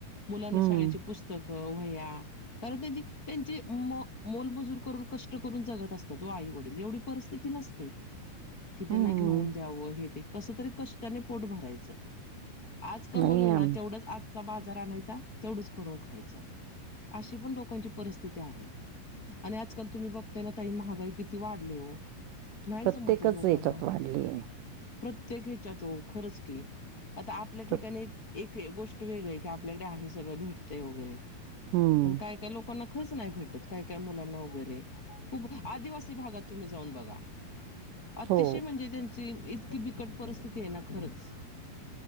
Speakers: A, on the left; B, on the right.
A: मुलांना
B: हम्म
A: शाळेचे पुस्त अ व्हया कारण त्यांची, त्यांची मो मोलमजूर करून कष्ट करून जगत असतात तो आई वडील एवढी पर स्थिती नसते की त्यांना
B: हम्म
A: घेऊन द्यावं हे ते कस तरी कष्टाने पोट भरायचं आज कमवलंय
B: नाही
A: ना
B: आम-
A: तेवढंच आजचा बाजार आणायचा तेवढंच करून खायचं अशी पण लोकांची परिस्थिती आहे आणि आजकाल तुम्ही बघताय ना ताई महागाई किती वाढली ओ नाही
B: प्रत्येकच
A: जमत ओ लोकांना
B: याच्यात वाढली आहे
A: प्रत्येक ह्याच्यातो खरंच की आता आपल्या ठिकाणी
B: तर
A: एक गोष्ट वेगळी आहे की आपल्याकडे आहे सगळं भेटतंय वगैरे
B: हम्म
A: पण काय, काय लोकांना खच नाही भेटत काय काय मुलांना वगैरे खूप आदिवासी भागात तुम्ही जाऊन बघा. अतिशय
B: हो
A: म्हणजे त्यांची इतकी बिकट परिस्थिती आहे ना खरंच.